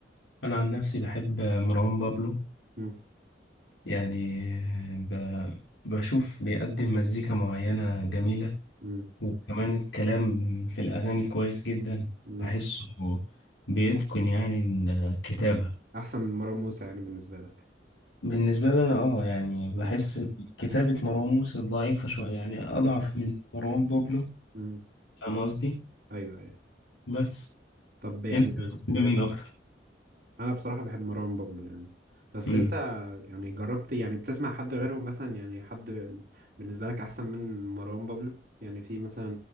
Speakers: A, on the left (about 90°); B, on the right (about 55°).
A: انا عن نفسي بحب مروان بابلو
B: مم.
A: يعني ب... بشوف بيقدم مزيكا معينه جميله
B: مم.
A: وكمان الكلام في الاغاني كويس جدا
B: مم.
A: بحسه بيتقن يعني الكتابه
B: مم. احسن من مروان موسى يعني بالنسبه لك
A: بالنسبه لي انا اه يعني
B: مم.
A: بحس إن كتابة مروان موسى ضعيفة شوية يعني أضعف
B: مم.
A: من مروان بابلو
B: مم.
A: فاهم قصدي
B: ايوه ايوه
A: بس
B: طب يعني
A: انت بتحب مين اكتر
B: انا بصراحه بحب مروان بابلو يعني بس
A: امم
B: انت يعني جربت يعني بتسمع حد غيرهم مثلا يعني حد ب- بالنسبه لك احسن من مروان بابلو يعني في مثلا